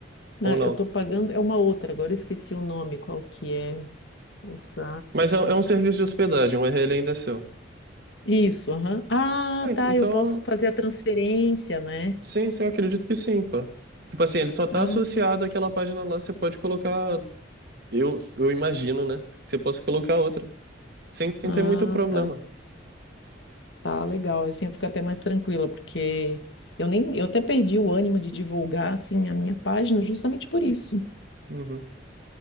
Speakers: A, on the right; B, on the left.
A: ou
B: Ah,
A: não?
B: eu estou pagando, é uma outra, agora eu esqueci o nome, qual que é essa.
A: Mas é, é um serviço de hospedagem, o URL ainda é seu.
B: Isso, aham. Ah,
A: É,
B: tá,
A: então,
B: eu posso fazer a transferência, né?
A: sim, sim, eu acredito que sim, pô. Tipo assim, ele só tá
B: Ah,
A: associado àquela página lá, você pode colocar, eu, eu imagino, né? que Você possa colocar outra, sem, sem
B: ah,
A: ter muito problema.
B: tá. Tá, legal. Assim eu fico até mais tranquila, porque eu nem, eu até perdi o ânimo de divulgar, assim, a minha página justamente por isso.
A: Uhum.